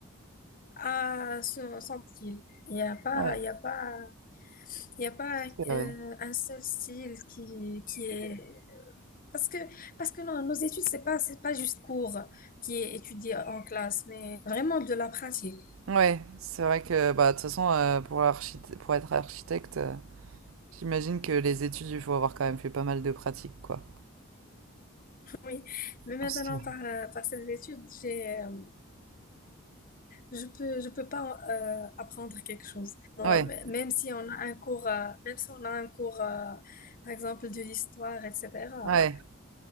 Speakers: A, on the left; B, on the right.
A: à son, son style. Il n'y a pas,
B: Ouais,
A: il y a pas, il y a pas euh,
B: c'est vrai.
A: un seul style qui, qui est... Parce que, parce que non, nos études, c'est pas, c'est pas juste cours qui est étudié en classe, mais vraiment de la pratique.
B: Ouais, c'est vrai que bah, de toute façon, euh, pour archite- pour être architecte, euh, j'imagine que les études, il faut avoir quand même fait pas mal de pratiques, quoi.
A: Oui. Mais maintenant,
B: Parce que-
A: par, par ces études, j'ai, euh, je peux, je peux pas euh, apprendre quelque chose. Moi,
B: Ouais,
A: m- même si on a un cours, euh, même si on a un cours, euh, par exemple, de l'histoire, etc.,
B: ouais,